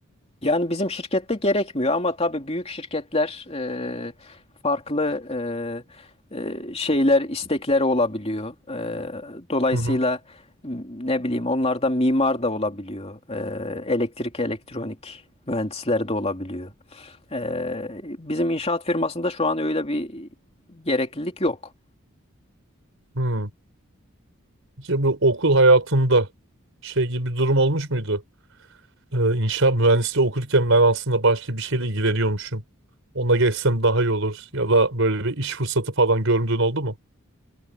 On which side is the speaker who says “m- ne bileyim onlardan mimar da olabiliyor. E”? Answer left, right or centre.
Left